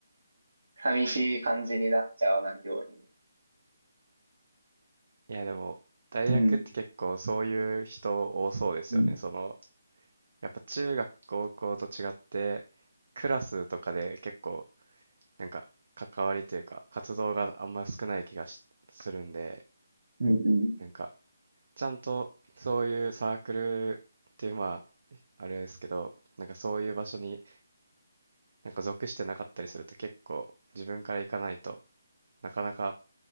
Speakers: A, on the right (about 70°); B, on the right (about 50°).
A: 寂しい感じになっちゃわないように。
B: いや、でも、大学って結構そういう人多そうですよね。
A: うん。うん。
B: その、やっぱ中学、高校と違って、クラスとかで結構なんか関わりというか活動があんま少ない気がしするんで、
A: うん。うん。
B: なんかちゃんとそういうサークルっていうまああれですけど、なんかそういう場所になんか属してなかったりすると結構自分から行かないとなかなか